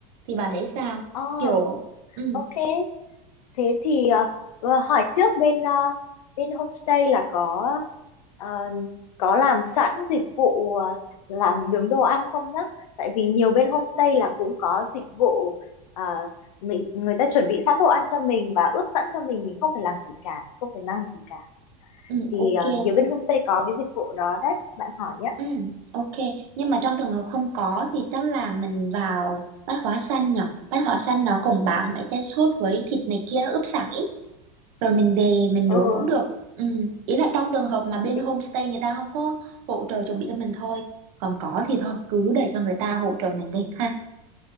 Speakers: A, on the right; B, on the left.
A: thì bà thấy sao
B: ờ
A: kiểu ừ
B: ok Thế thì ờ, ờ, hỏi trước bên ờ, bên homestay là có ờ, có làm sẵn dịch vụ ờ, làm nướng đồ ăn không nhá? Tại vì nhiều bên homestay là cũng có dịch vụ ờ, mình người ta chuẩn bị sẵn đồ ăn cho mình và ướp sẵn cho mình mình không phải làm gì cả, không phải mang gì cả.
A: ừ
B: Thì
A: ok
B: ờ, nhiều bên homestay có cái dịch vụ đó đấy, bạn hỏi nhé.
A: ừ ok nhưng mà trong trường hợp không có thì chắc là mình vào bát hóa xanh nhở bát hóa xanh nó cũng bán mấy cái sốt với thịt này kia nó ướp sẵn ý rồi mình về mình
B: Ừ,
A: nướng cũng được ừ. ý là trong trường hợp mà bên
B: thế,
A: homestay người ta không có hỗ trợ chuẩn bị cho mình thôi còn có thì thôi cứ để cho người ta hỗ trợ mình đi ha